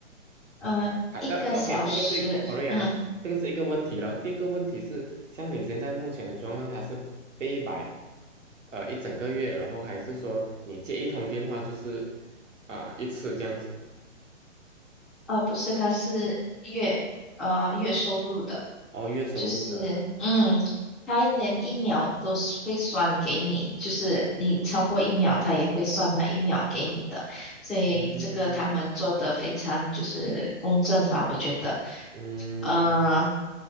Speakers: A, in the centre; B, on the right.
A: 嗯、
B: 好的，OK，
A: 一个小时，
B: 嗯这个是 sorry
A: 嗯，
B: 啊，嗯这个是一个问题了。第二个问题是，像你现在目前的状况，它是被摆呃一整个月，然后还是说你接一通电话就是啊、一次这样子？
A: 哦，不是，它是月呃月收入的。
B: 哦，月收入的，
A: 就是，嗯，他连一秒都是会算给你，就是你超过一秒，他也会算那一秒给你的，所以这个他们做的非常就是公正吧，
B: 嗯
A: 我觉得，
B: 嗯，
A: 呃，